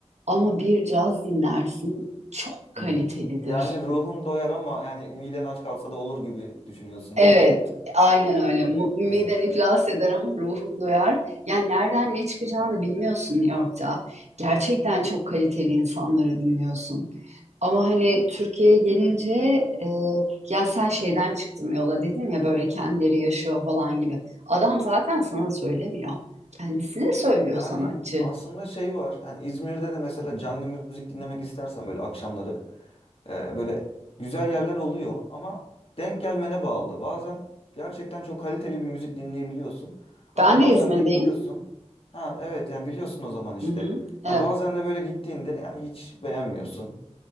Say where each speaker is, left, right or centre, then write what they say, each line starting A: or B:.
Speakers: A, on the right; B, on the left.
A: ama bir caz dinlersin çok kalitelidir.
B: Hı. Yani ruhun doyar ama yani miden aç kalsa da olur gibi düşünüyorsun
A: Evet,
B: değil mi?
A: aynen öyle.
B: Ha.
A: Mu- Miden
B: Evet.
A: iflas eder ama ruhun doyar. Yani nereden ne çıkacağını bilmiyorsun New York'ta. Gerçekten çok kaliteli insanları dinliyorsun. Ama hani Türkiye'ye gelince e, yani sen şeyden çıktım yola dedin ya böyle kendileri yaşıyor falan gibi. Adam zaten sana söylemiyor. Kendisine söylüyor
B: Yani
A: sanatçı.
B: aslında şey var. Yani İzmir'de de mesela canlı müzik dinlemek istersen böyle akşamları e, böyle güzel yerler oluyor ama denk gelmene bağlı. Bazen gerçekten çok kaliteli bir müzik dinleyebiliyorsun ama
A: Ben
B: bazen
A: de İzmir'deyim.
B: de gidiyorsun. Ha evet yani biliyorsun o zaman işte.
A: Hı hı.
B: Ha,
A: Evet.
B: bazen de böyle gittiğinde yani hiç beğenmiyorsun.